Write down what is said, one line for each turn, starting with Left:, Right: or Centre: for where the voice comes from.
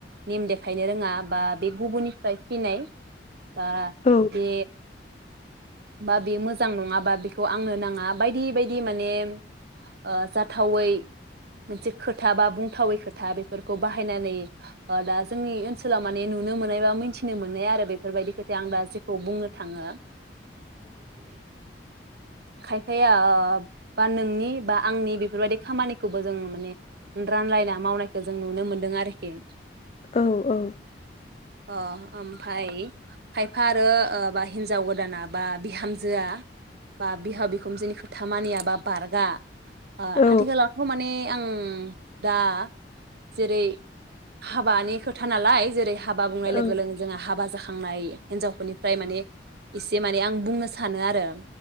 Right: नेम देखायनो रोङा बा बे गुबुननिफ्राय फैनाय बा
Left: औ
Right: बे बा बे मोजां नङाबा बेखौ आंनो नाङा बायदि बायदि माने ओ जाथावै मोनसे खोथा बा बुंथावै खोथा बेफोरखौ बाहायनानै दा जोंनि ओनसोला माने नुनो मोननाय बा मिथिनो मोननाय आरो बे बेफोरबायदि खोथाया आं दा जेखौ बुंनो थाङो खायफाया बा नोंनि बा आंनि बेफोरबायदि खामानिखौबो जों माने रानलायना मावनायखौ जों नुनो मोनदों आरोखि
Left: औ औ
Right: अ ओमफाय खायफा आरो बा हिनजाव गोदाना बा बिहामजोआ बा बिहाव बिखुनजोनि खोथा मानिया बा बारगा ओ
Left: औ
Right: आथिखालावथ' माने आं दा जेरै हाबानि खोथा नालाय जेरै हाबा बुंनाय
Left: औ
Right: लोगो लोगोनो जोंहा हाबा जाखा थांनाय हिनजावफोरनिफ्राय माने इसे माने आं बुंनो सानो आरो